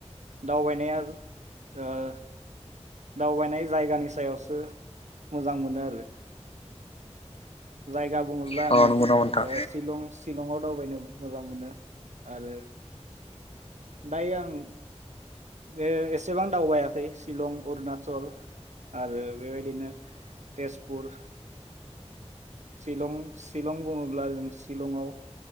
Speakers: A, on the right; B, on the left.
A: दावबायनाया अअ दावबायनाय जायगानि सायावसो मोजां मोनो आरो जायगा बुङोब्ला
B: नोंथां
A: आं
B: अ नंगौ नामा नोंथां
A: शिलं शिलंआव दावबायनो मोजां मोनो। आरो दायो आं बे एसेबां दावबायाखै शिलं अरुनाचल आरो बेबायदिनो तेजपुर शिलं शिलं बुङोब्ला जों शिलंआव